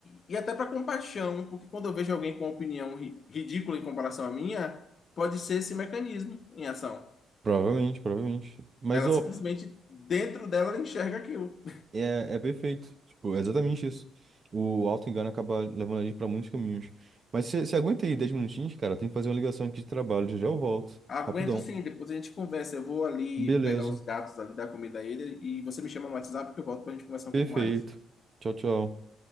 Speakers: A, on the left; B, on the right.
A: e- e até para compaixão, porque quando eu vejo alguém com uma opinião ri- ridícula em comparação à minha, pode ser esse mecanismo em ação.
B: Provavelmente, provavelmente. Mas,
A: Ela
B: ô,
A: simplesmente, dentro dela, ela enxerga aquilo.
B: é, é perfeito. Tipo, é exatamente isso. O auto-engano acaba levando a gente pra muitos caminhos. Mas você você aguenta aí 10 minutinhos, cara? Tem que fazer uma ligação aqui de trabalho. Já já eu volto.
A: Aguento
B: Rapidão.
A: sim, depois a gente conversa. Eu vou ali
B: Beleza.
A: pegar os gatos ali, dar comida a ele e você me chama no WhatsApp que eu volto pra gente conversar
B: Perfeito.
A: um pouco mais.
B: Tchau, tchau.